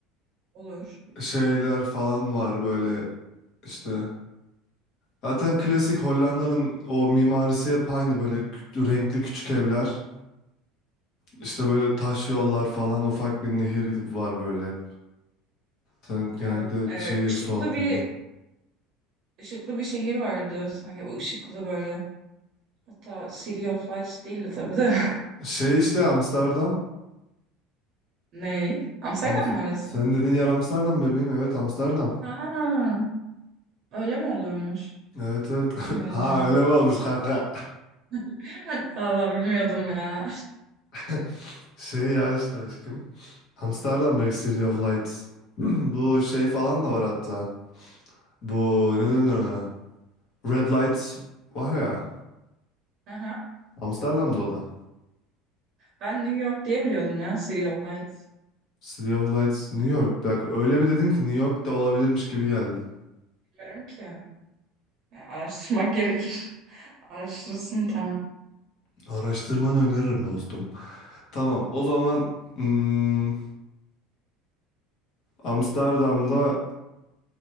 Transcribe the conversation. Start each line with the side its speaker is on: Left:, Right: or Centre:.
Right: Olur.
Left: Şeyler falan var böyle işte. Zaten klasik Hollanda'nın o mimarisi hep aynı böyle kü- renkli küçük evler. İşte böyle taş yollar falan ufak bir nehir var böyle. hep. Sen genellikle
Right: Evet. E,
Left: şey
Right: ışıklı
Left: su altında.
Right: bir ışıklı bir şehir vardı. Sanki bu ışıklı böyle. Hatta City of Lights değildi tabii de. <laughs>
Left: Şey işte Amsterdam.
Right: Ne? Amsterdam
Left: Am
Right: mı orası?
Left: Senin dediğin yer Amsterdam bebeğim. Evet Amsterdam.
Right: Ha, öyle mi oluyormuş?
Left: Evet evet.
Right: Bilmiyordum
Left: <laughs> Ha
Right: ya.
Left: öyle mi olmuş kanka?
Right: <laughs> Valla bilmiyordum ya.
Left: <laughs> Şey ya işte aşkım. Amsterdam direkt City of Lights. <clears throat> Bu şey falan
Right: <laughs>
Left: da var hatta. Bu ne denir ona? Red Lights var ya.
Right: Aha.
Left: Amsterdam'da o da.
Right: Ben New York diye biliyordum ya City of Lights.
Left: City of Lights New York. Bir dakika öyle bir dedin ki New York'ta olabilirmiş gibi geldi.
Right: Bilmiyorum ki. Ya, araştırmak <laughs> gerekir. Araştırırsın tamam.
Left: Araştırmanı öneririm dostum. <laughs> Tamam o zaman... hmm, Amsterdam'da